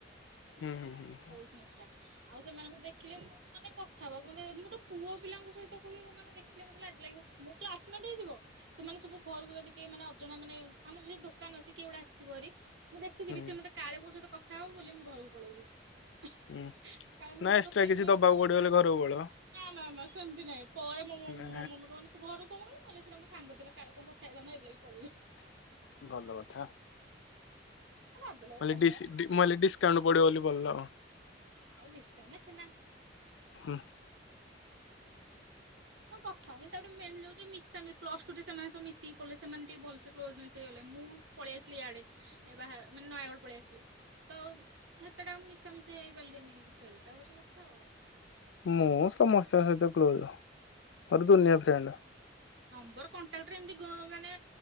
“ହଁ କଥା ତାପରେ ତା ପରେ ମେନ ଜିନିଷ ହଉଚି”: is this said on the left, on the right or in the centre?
Right